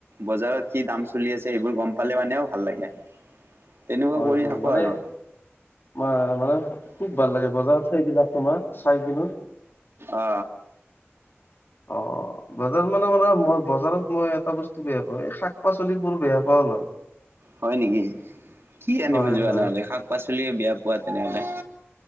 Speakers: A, on the right; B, on the left.
A: বজাৰত কি দাম চলি <unintelligible> সেইবোৰ গম পালে মানেও ভাল লাগে। তেনেকুৱা
B: হয়,
A: কৰি
B: হয়
A: থাকো
B: মানে
A: আৰু
B: মা মানে খুব ভাল লাগে বজাৰত চাই এইবিলাক তোমাৰ চাই কিনে।
A: অ
B: অ, ' বজাৰ মানে, মানে মই বজাৰত মই এটা বস্তু বেয়া পাওঁ এই শাক পাচলিব বোৰ বেয়া পাওঁ। ন <unintelligible>
A: হয়, নেকি কি আনিব
B: হয়
A: যোৱা
B: হয়
A: নহলে শাক পাচলি <unintelligible> বেয়া পোৱা তেনেহলে।